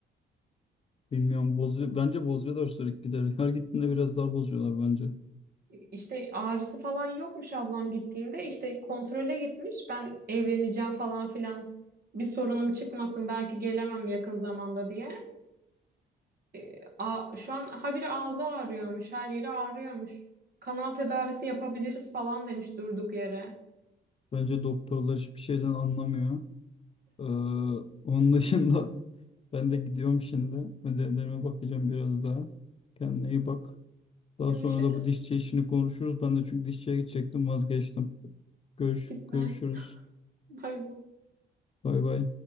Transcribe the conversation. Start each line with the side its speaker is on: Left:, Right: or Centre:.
Left: Bilmiyorum. Bozuyor. Bence bozuyorlar sürekli giderek. Her gittiğinde biraz daha bozuyorlar bence.
Right: İşte ağrısı falan yokmuş ablam gittiğinde. İşte kontrole gitmiş. Ben evleneceğim falan filan. Bir sorunum çıkmasın belki gelemem yakın zamanda diye. E, a, şu an habire ağzı ağrıyormuş, her yeri ağrıyormuş. Kanal tedavisi yapabiliriz falan demiş durduk yere.
Left: Bence doktorlar hiçbir şeyden anlamıyor. Ee, onun dışında <laughs> ben de gidiyorum şimdi. Ödevlerime bakacağım biraz daha. Kendine iyi bak. Daha
Right: Görüşürüz.
Left: sonra da bu dişçi işini konuşuruz. Ben de çünkü dişçiye gidecektim vazgeçtim. Görüş,
Right: Gitme.
Left: görüşürüz.
Right: Bay bay.
Left: Bay bay.